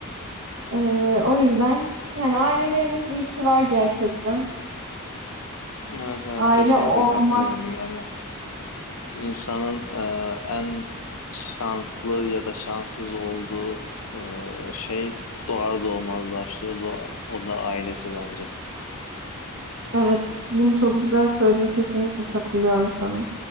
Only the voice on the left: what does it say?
Evet evet
kesinlikle
katılıyorum yani İnsanın e, en şanslı ya da şanssız olduğu e, şey doğar doğmaz başlıyor. Doğa- o da ailesi bence.